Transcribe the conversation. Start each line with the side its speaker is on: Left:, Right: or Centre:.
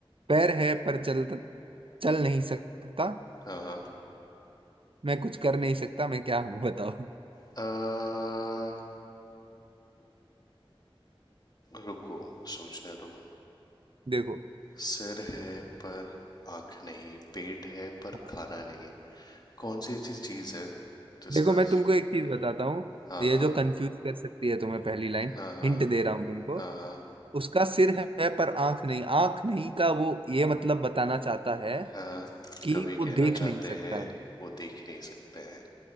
Right: पैर है पर चल चल नहीं सकता
Left: हाँ हाँ
Right: मैं कुछ कर नहीं सकता मैं क्या हूं बताओ
Left: अ, रुको सोचने दो
Right: देखो
Left: सिर है पर आंख नहीं पेट है पर
Right: हाँ।
Left: खाना नहीं कौन सी ऐसी चीज है जिसका
Right: देखो मैं तुमको एक चीज बताता हूँ
Left: हाँ
Right: ये
Left: हाँ
Right: जो कंफ्यूज कर सकती है तुम्हें पहली लाइन
Left: हाँ हाँ
Right: हिंट दे रहा हूं तुमको
Left: हाँ हाँ
Right: उसका सिर है पर आंख नहीं आंख नहीं का वो ये मतलब बताना चाहता है
Left: हाँ
Right: कि
Left: कवि
Right: वो
Left: कहना
Right: देख
Left: चाहते
Right: नहीं सकता
Left: हैं
Right: है
Left: वो देख नहीं सकते हैं